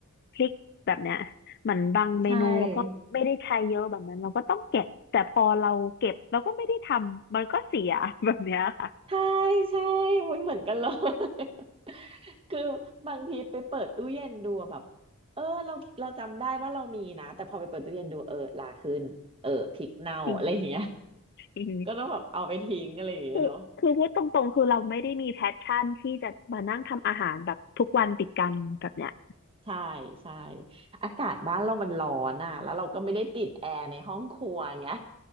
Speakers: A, on the left (about 45°); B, on the right (about 25°).
A: พริกแบบเนี้ยเหมือนบางเมนูแล้วก็ไม่ได้ใช้เยอะแบบนั้นเราก็ต้องเก็บแต่พอเราเก็บเราก็ไม่ได้ทำมันก็เสียแบบเนี้ยค่ะ
B: ใช่ใช่ใช่โอ้ยเหมือนกันเลย <laughs> คือบางทีไปเปิดตู้เย็นดูอะแบบเออเราเราจำได้ว่าเรามีนะแต่พอไปเปิดตู้เย็นดูเออลาขึ้นเออพริกเน่าอะไรอย่างเงี้ย
A: จริง
B: <laughs>
A: จริง
B: ก็ต้องแบบเอาไปทิ้งอะไรอย่างเงี้ยเนาะ
A: คือคือพูดตรงๆคือเราไม่ได้มีแพชชั่นที่จะมานั่งทำอาหารแบบทุกวันติดกันแบบเนี้ย
B: ใช่ใช่อากาศบ้านเรามันร้อนอ่ะแล้วเราก็ไม่ได้ติดแอร์ในห้องครัวไงย